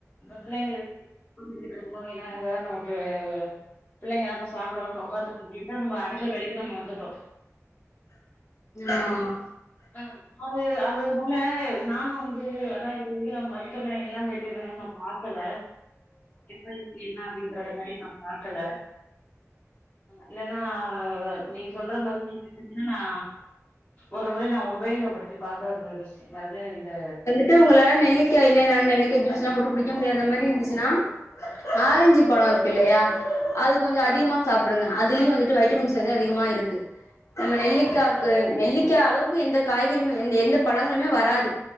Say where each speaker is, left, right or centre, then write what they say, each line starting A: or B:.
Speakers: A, on the left; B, on the left.
A: பிள்ளைங்கள குடுக்கணு ஏன்னா அங்க தா நம்க் இப்ப பிள்ளைங்களா சாப்ட உக்காந்துட்டு நம்ம அடுத்த வேலைக்கு நம்ம வந்துட்டோ
B: ஆமா ஆமா
A: ஆ அது அது அதனால நானு வந்து ஆனா இது வரைக்கு நம்ம மருத்துவமனைகல்லா போயிட்டு எதுவொன்னு நா பாக்கல இப்ப என்னா அப்டின்ற மாரி நா பாக் க்கல இல்லன்னா நீங்க சொல்ற மாதிரி <inaudible> ஆனா நா ஒரு முறை நா உபயோகப்படுத்தி பாக்க வேண்டிய என்னாது இந்த
B: டு உங்களாள நெல்லிக் இல்லேனாலு நெல்லிக்கா ஜூஸ்லா போட்டு குடிக்க முடியாத மாதிரி இருந்துச்சுனா ஆரஞ்சிப் பழோ இருக்கு இல்லையா அது கொஞ்சோ
A: ஆ
B: அதிகமா சாப்டுங்க அதுலயு வந்துட்டு வைட்டமின்ஸ் வந்து அதிகமா இருக்கு நம்ம நெல்லிக்காக்கு நெல்லிக்கா அளவுக்கு எந்த காய்கறியுமே எ எந்த பழங்களுமே வராது